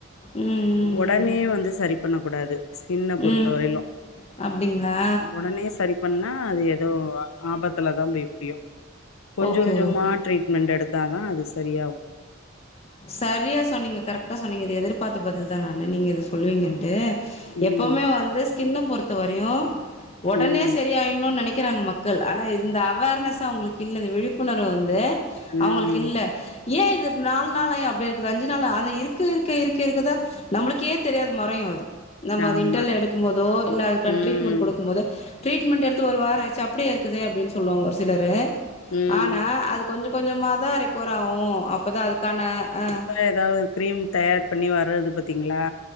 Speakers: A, on the left; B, on the left.
A: ம் ம்
B: ஒடனே
A: ம்
B: வந்து சரி பண்ண கூடாது ஸ்கின்ன பொறுத்த
A: ம்
B: வரையிலு
A: அப்டிங்களா
B: ஒடனே சரி பண்ணா அது எதோ ஆபத்துலதான் போய் முடியு கொஞ்ச
A: ஓகே
B: கொஞ்சமா
A: ஓகே
B: ட்ரீட்மெண்ட் எடு த்தாதா அது சரியாகு
A: சரியா சொன்னீங்க கரெக்டா சொன்னீங்க இது எதிர்பார்த்த பதில்தா நானு நீங்க இத சொல்லுவீங்கன்ட்டு
B: ம்
A: எப்பமே வந்து ஸ்கின்ன பொறுத்த வரையு ஒடனே
B: ம்
A: சரி ஆயின்னு நெனை க்கறாங்க மக்கள் ஆனா இந்த அவேர்னஸ அவுங்களுக்கு இல்ல இந்த விழிப்புணர்வு வந்து
B: ம்
A: அவுங்களுக்கு இல்ல ஏன் இது நால் நாள் ஆய் அப்டியே இருக்குது அஞ்சு நாளா அந்த இருக்க இருக்க இருக்க இருக்கதா நம்மளுக்கே தெரியாது மறையு அது நம்ம
B: ஆமா
A: அது இன்டெர்ன்ல்ல எடுக்கும்போதோ இல்ல அதுக்கான
B: ம்
A: டரீட்மெண்ட் குடுக்கும்போது ட்ரீட்மெண்ட் எடுத்து ஒரு வார ஆச்சு அப்டியே இருக்குது அப்டின் சொல்லுவாங்க ஒரு சிலரு
B: ம்
A: ஆனா அதுக் கொஞ்ச கொஞ்சமா தா ரெக்கவர் ஆகு அப்பதா அதுக்கான அ
B: எதாவொரு கிரீம் தயார் பண்ணி வர்றது பாத்தீங்ளா